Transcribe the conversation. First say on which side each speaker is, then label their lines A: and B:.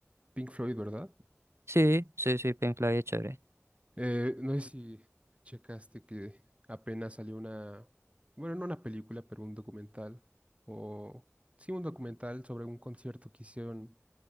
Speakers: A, on the right; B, on the right.
A: Pink Floyd, ¿verdad?
B: Sí, sí, sí, Pink Floyd es chévere.
A: Eh, no sé si checaste que apenas salió una, bueno, no una película, pero un documental, o sí, un documental sobre un concierto que hicieron